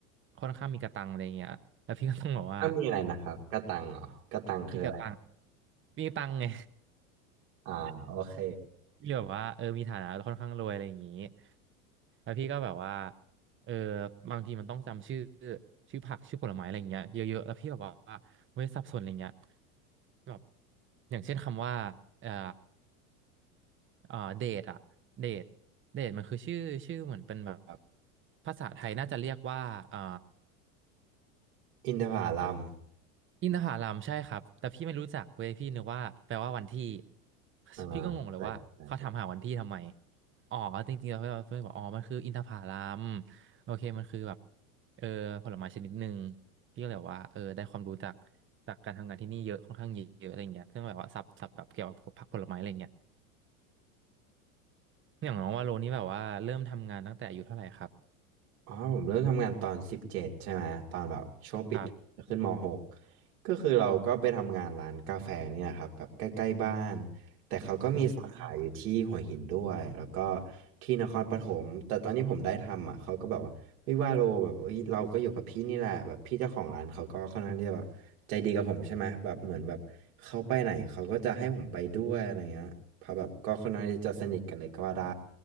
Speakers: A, on the right; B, on the right.
A: ค่อนข้างมีกระตังอะไรอย่างเงี้ยแล้วพี่ก็ต้องแบบว่า
B: อ้าวมีอะไรนะครับกระตังเหรอกระตังคืออะไร
A: มีกระตังมีตังไง
B: อ่าโอเค
A: ที่แบบว่าเออมีฐานะค่อนข้างรวยอะไรอย่างนี้แล้วพี่ก็แบบว่าเออบางทีมันต้องจำชื่อชื่อผักชื่อผลไม้อะไรอย่างเงี้ยเยอะๆแล้วพี่แบบว่าเว้ยสับสนอะไรเงี้ยแบบอย่างเช่นคำว่าเอ่อเอ่อเดทอะเดทเดทมันคือชื่อชื่อเหมือนเป็นแบบภาษาไทยน่าจะเรียกว่าเอ่อ
B: อินทผลัม
A: อินทผลัมใช่ครับแต่พี่ไม่รู้จักเว้ยพี่นึกว่าแปลว่าวันที่
B: อ่าเข้าใจเข้าใจ
A: พี่ก็งงเลยว่าเขาถามหาวันที่ทำไมอ๋อจริงๆแล้วเพื่อนเพื่อนบอกอ๋อมันคืออินทผลัมโอเคมันคือแบบเออผลไม้ชนิดหนึ่งพี่ก็เลยบอกว่าเออได้ความรู้จากจากการทำงานที่นี่เยอะค่อนข้างเยอะอะไรอย่างเงี้ยซึ่งแบบว่าสับสับแบบเกี่ยวกับผักผลไม้อะไรอย่างเงี้ยอย่างน้องว่าโลนี่แบบว่าเริ่มทำงานตั้งแต่อายุเท่าไหร่ครับ
B: อ๋อผมเริ่มทำงานตอนสิบเจ็ดใช่ไหมตอนแบบช่วงปิดจะขึ้นมหก
A: ครับ
B: ก็คือเราก็ไปทำงานร้านกาแฟเนี่ยครับแบบใกล้ๆบ้านแต่เขาก็มีสาขาอยู่ที่หัวหินด้วยแล้วก็
A: อืม
B: ที่นครปฐมแต่ตอนที่ผมได้ทำอ่ะเขาก็แบบว่าเฮ้ยว่าโลแบบเฮ้ยเราก็อยู่กับพี่นี่แหละแบบพี่เจ้าของร้านเขาก็ค่อนข้างที่จะแบบใจดีกับผมใช่ไหมแบบเหมือนแบบเขาไปไหนเขาก็จะให้ผมไปด้วยอะไรเงี้ยเพราะแบบก็ค่อนข้างที่จะสนิทกันเลยก็ว่าได้